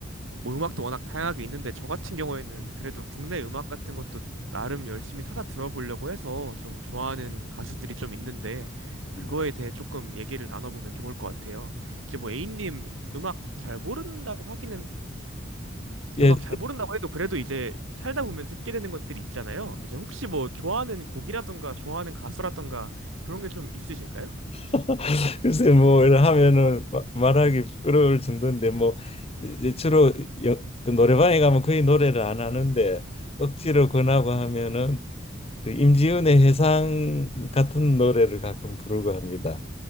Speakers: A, on the right; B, on the left.
A: 뭐 음악도 워낙 다양하게 있는데 저 같은 경우에는 그래도 국내 음악 같은 것도 나름 열심히 찾아 들어보려고 해서 좀 좋아하는 가수들이 좀 있는데 그거에
B: 음.
A: 대해 조금 얘기를 나눠보면 좋을 것 같아요. 이제 뭐 A님 음악 잘 모른다고 하기는
B: 예,
A: 음악 잘 모른다고 해도 그래도 이제 살다 보면 듣게 되는 것들이 있잖아요. 이제 혹시 뭐 좋아하는 곡이라던가 좋아하는 가수라던가 그런 게 좀 있으실까요?
B: <laughs> 글쎄 뭐 이런 하면은 마- 말하기 부끄러울 정도인데 뭐 이제 주로 여, 그 노래방에 가면 거의 노래를 안 하는데 억지로 권하고 하면은 그 임지은의 회상 같은 노래를 가끔 부르고 합니다.